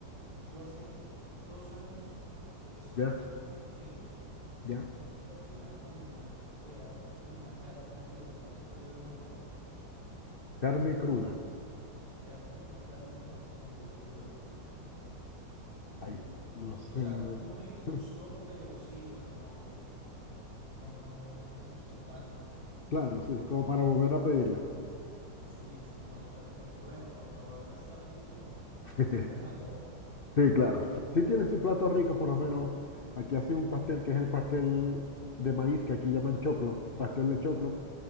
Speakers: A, on the right; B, on the left.
A: yo hace dos años estuve
B: Ya,
A: en en Chile
B: ya.
A: y probé una comida que era como una carne cruda, no recuerdo el nombre.
B: Carne cruda.
A: Era como una carne como medio cruda. Mm, Y,
B: Ahí,
A: mm,
B: no sé.
A: o sea,
B: de verdad.
A: no me disgustó,
B: <laughs>
A: pero sí, o sea, no, no, no, no me gustó tanto.
B: Claro, sí, como para volver a pedirla.
A: Sí, sí, no, o sea, como que bueno, para probarla está bien, pero
B: <laughs>
A: no me mató.
B: Sí, claro. Sí tiene su plato rico, por lo menos. Aquí hacen un pastel que es el pastel de maíz, que aquí llaman choclo, pastel de choclo.